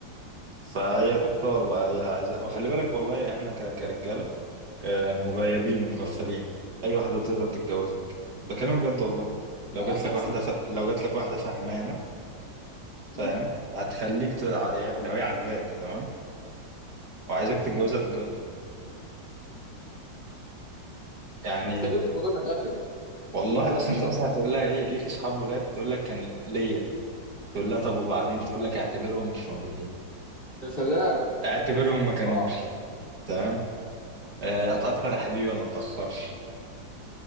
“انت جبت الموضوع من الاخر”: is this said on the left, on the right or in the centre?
Left